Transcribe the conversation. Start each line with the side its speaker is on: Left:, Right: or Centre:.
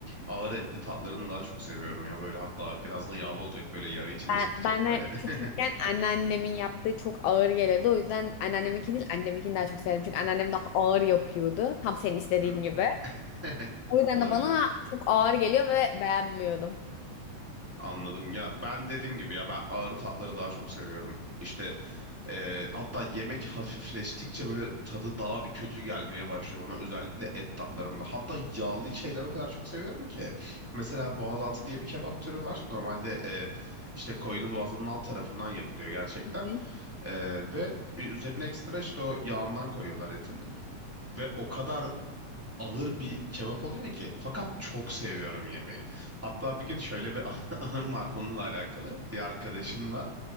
Centre: ağır etli tatlarını daha çok seviyorum ya. Böyle hatta biraz da yağlı olacak böyle yağı içine
Left: Ben,
Centre: çekecek
Left: bana
Centre: böyle.
Left: küçükken
Centre: <laughs>
Left: anneannemin yaptığı çok ağır gelirdi. O yüzden anneanneminki
Centre: Hı hı,
Left: değil annemkini daha çok sevdim. Çünkü anneannem daha ağır yapıyordu. Tam senin istediğin
Centre: hı.
Left: gibi.
Centre: <laughs>
Left: O yüzden
Centre: Olabilir.
Left: de bana çok ağır geliyor ve beğenmiyordum.
Centre: Anladım ya ben dediğim gibi ya ben ağır tatları daha çok seviyorum. İşte eee, hatta yemek hafifleştikçe böyle tadı daha bir kötü gelmeye başlıyor bana özellikle et tatlarında. Hatta yağlı şeyleri o kadar çok seviyorum ki. Mesela boğazaltı diye bir kebap türü var. Normalde eee, işte koyunun boğazının alt tarafından yapılıyor gerçekten.
Left: Hı.
Centre: Eee, ve üzerine ekstra işte o yağından koyuyorlar etin. Ve o kadar ağır bir kebap oluyor ki. Fakat çok seviyorum yemeği. Hatta bir gün şöyle bir an- <laughs> anım var bununla alakalı. Bir arkadaşımla,